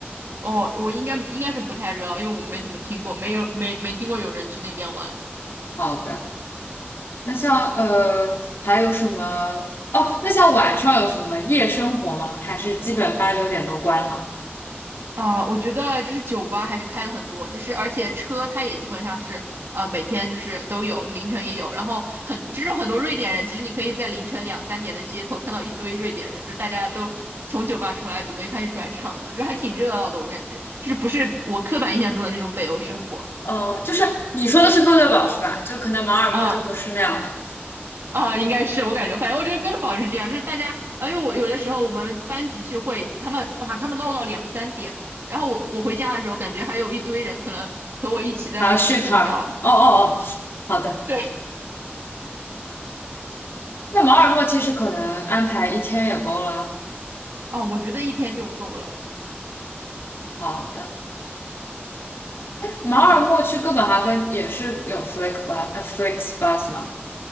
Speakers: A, on the right; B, on the left.
A: 哦，我应该应该是不太热闹，因为我没怎么听过，没有没没听过有人去那边玩。
B: 好的，那像呃，还有什么？哦，那像晚上有什么夜生活吗？还是基本八九点都关了？
A: 啊、我觉得就是酒吧还是开的很多，就是而且车它也基本上是啊，每天就是都有，凌晨也有，然后很就是很多瑞典人，其实你可以在凌晨两三点的街头看到一堆瑞典人，就是大家都从酒吧出来准备开始转场了，就还挺热闹的，我感觉就是不是我刻板印象中的那种北欧生活。
B: 哦，就是你说的是哥德堡是吧？就可能马尔默就不是那样的。
A: 啊，啊，应该是我感觉，反正我觉得哥德堡是这样，就是大家，呃，因为我有的时候我们班级聚会，他们哇，他们唠到两三点，然后我我回家的时候，感觉还有一堆人可能和我一起在那儿等公交。
B: 还有续摊儿？哦哦哦，好的。
A: 对，
B: 那马尔默其实可能安排一天也够了。
A: 啊，我觉得一天就够了，
B: 好的。马尔默去哥本哈根也是有
A: 妈。
B: Flix bus 呃 Flix bus 吗？